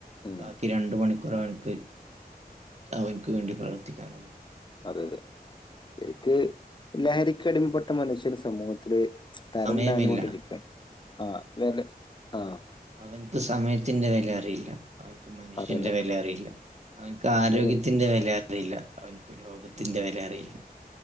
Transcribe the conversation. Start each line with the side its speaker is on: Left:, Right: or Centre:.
Left: ഉം.
Right: ബാക്കി രണ്ട് മണി ഒരാൾക്ക് അവർക്ക് വേണ്ടി പ്രവർത്തിക്കാനുള്ളൂ
Left: അതെ അതെ ശരിക്ക് ലഹരിക്ക് അടിമപ്പെട്ട മനുഷ്യന് സമൂഹത്തില് തരം
Right: സമയമില്ല
Left: താഴ്ന്നു കൊണ്ടിരിക്കണ് ആ വില ആഹ്
Right: അവന്ക്ക് സമയത്തിന്റെ വില അറിയില്ല അവന്ക്ക് മനുഷ്യന്റെ
Left: അതന്നെ.
Right: വില അറിയില്ല അവന്ക്ക് ആരോഗ്യത്തിന്റെ
Left: വെല
Right: വില റിയില്ല അവന്ക്ക് ലോകത്തിന്റെ വില അറിയില്ല.